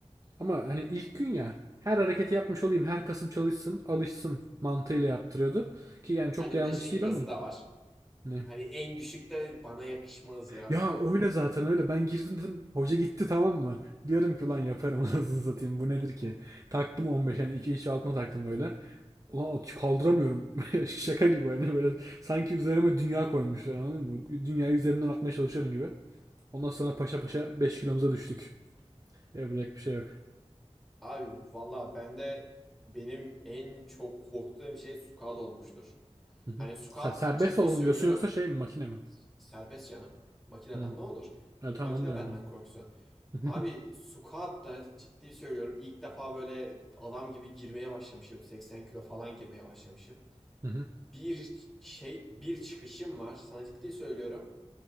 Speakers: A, on the right; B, in the centre.
A: Ama hani ilk gün ya her hareketi yapmış olayım her kasım çalışsın alışsın mantığıyla yaptırıyordu. Ki yani çok
B: Hani
A: da yanlış
B: bir de şeyin
A: değil
B: gazı
A: ama.
B: da var.
A: Ne?
B: Hani en düşükte bana yakışmaz ya
A: Ya
B: modu.
A: öyle zaten öyle. Ben girdim dedim. Hoca gitti tamam mı? Diyorum ki ulan yaparım <laughs> anasını satayım. Bu nedir ki? Taktım 15 yani 2 içi altına taktım böyle. Ulan at- kaldıramıyorum. <laughs> Şaka gibi hani böyle. Sanki üzerime dünya koymuşlar anladın mı? Dünyayı üzerimden atmaya çalışıyorum gibi. Ondan sonra paşa paşa 5 kilomuza düştük. Yapacak bir şey yok.
B: Abi valla bende benim en çok korktuğum şey squat olmuştur.
A: Hı hı.
B: Hani squat
A: Sen serbest
B: ciddi
A: olalım
B: söylüyorum
A: diyorsun yoksa şey mi makine mi?
B: serbest canım. Makineden
A: Hı.
B: ne olur?
A: Ya
B: Makine
A: tamam onu diyorum
B: benden
A: ben.
B: korksun.
A: <laughs>
B: Abi squat da ciddi söylüyorum İlk defa böyle adam gibi girmeye başlamışım. 80 kilo falan girmeye başlamışım.
A: Hı hı.
B: Bir şey bir çıkışım var sana ciddi söylüyorum.